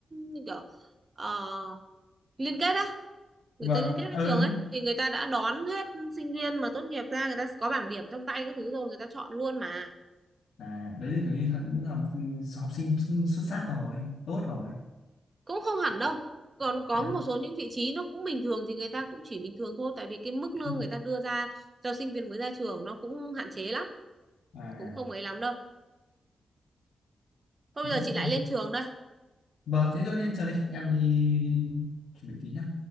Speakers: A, on the right; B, on the left.
A: như kiểu ờ, liên kết đấy người
B: Vâng,
A: ta liên kết với
B: ờ
A: trường
B: đúng.
A: ấy thì người ta đã đón hết sinh viên mà tốt nghiệp ra người ta có bảng điểm trong tay các thứ rồi người ta chọn luôn mà
B: À, đấy là kiểu như những học học sinh xuất sắc rồi, tốt rồi.
A: cũng không hẳn đâu còn có
B: Đấy.
A: một
B: ạ.
A: số những vị trí nó cũng bình thường thì người ta cũng chỉ bình thường thôi tại vì cái mức lương
B: Ừ.
A: người ta đưa ra cho sinh viên mới ra trường nó cũng hạn chế lắm
B: À,
A: cũng không ấy lắm đâu thôi
B: thế
A: bây giờ chị
B: cũng
A: lại
B: được.
A: lên trường đây
B: Vâng, thế tôi đi ăn chờ đi, em đi chuẩn bị tí nhá.